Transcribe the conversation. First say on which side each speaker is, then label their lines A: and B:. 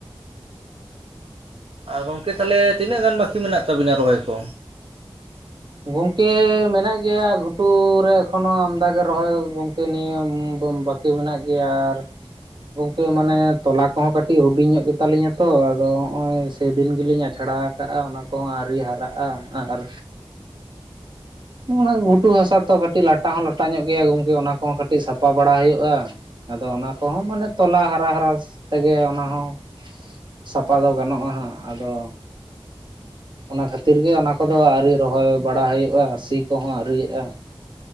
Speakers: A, on the right; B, on the right.
A: ᱟᱨ ᱜᱚᱝᱠᱮ ᱛᱟᱦᱚᱞᱮ ᱛᱤᱱᱟᱹᱜ ᱜᱟᱱ ᱵᱟᱠᱤ ᱢᱮᱱᱟᱜ ᱛᱟᱵᱤᱱᱟ ᱨᱚᱦᱚᱭ ᱠᱚ?
B: ᱜᱚᱢᱠᱮ ᱢᱮᱱᱟᱜ ᱜᱮᱭᱟ ᱜᱷᱩᱴᱩᱨᱞ ᱨᱮ ᱮᱠᱷᱚᱱᱳ ᱟᱢᱫᱟ ᱜᱮ ᱨᱚᱦᱚᱭ ᱜᱚᱢᱠᱮ ᱱᱤᱭᱟᱹ ᱵᱟ ᱠᱤ ᱢᱮᱱᱟᱜ ᱜᱮᱭᱟ ᱟᱨ ᱜᱚᱝᱠᱮ ᱢᱟᱱᱮ ᱛᱚᱞᱟ ᱠᱚᱦᱚᱸ ᱠᱟᱹᱴᱤᱡ ᱦᱩᱰᱤᱧ ᱧᱚᱜ ᱜᱮ ᱛᱟᱞᱤᱧᱟ ᱛᱚ ᱟᱫᱚ ᱦᱚᱸᱜ-ᱚᱭ ᱥᱮᱫᱤᱱ ᱜᱮᱞᱤᱧ ᱟᱪᱷᱟᱲᱟ ᱠᱟᱜ-ᱟ ᱚᱱᱟ ᱠᱚᱦᱚᱸ ᱟᱹᱣᱨᱤ ᱦᱟᱨᱟᱜ-ᱟ ᱟᱨ ᱚᱱᱟ ᱜᱷᱩᱴᱩ ᱦᱟᱥᱟ ᱛᱚ ᱠᱟᱹᱴᱤᱡ ᱞᱟᱴᱟ ᱦᱚᱸ ᱞᱚᱴᱟ ᱧᱚᱜ ᱜᱮᱭᱟ ᱜᱚᱝᱠᱮ ᱚᱱᱟ ᱠᱚᱦᱚᱸ ᱠᱟᱹᱴᱤᱡ ᱥᱟᱯᱷᱟ ᱵᱟᱲᱟ ᱦᱩᱭᱩᱜ-ᱟ ᱾ ᱟᱫᱚ ᱚᱱᱟ ᱠᱚᱦᱚᱸ ᱢᱟᱱᱮ ᱛᱚᱞᱟ ᱦᱟᱨᱟ ᱦᱟᱨᱟ ᱛᱮᱜᱮ ᱚᱱᱟ ᱦᱚᱸ ᱥᱟᱯᱟ ᱫᱚ ᱜᱟᱱᱚᱜ-ᱟ ᱦᱟᱸᱜ ᱾ ᱟᱫᱚ ᱚᱱᱟ ᱠᱷᱟᱹᱛᱤᱨ ᱜᱮ ᱚᱱᱟ ᱠᱚᱫᱚ ᱟᱹᱣᱨᱤ ᱨᱚᱦᱚᱭ ᱵᱟᱲᱟ ᱦᱩᱭᱩᱜ-ᱟ ᱥᱤ ᱠᱚᱦᱚᱸ ᱟᱹᱨᱤᱭᱟᱜ-ᱟ ᱾